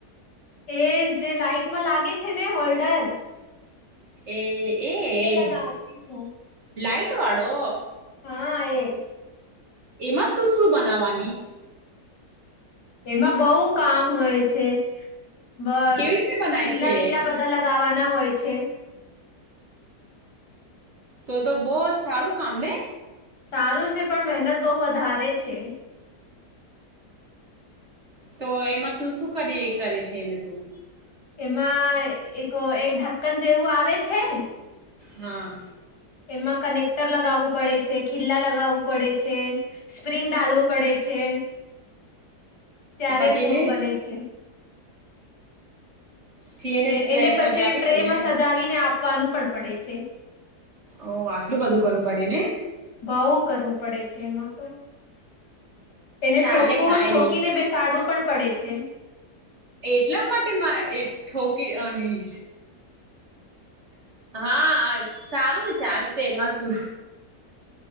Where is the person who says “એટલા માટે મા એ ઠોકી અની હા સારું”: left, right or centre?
Right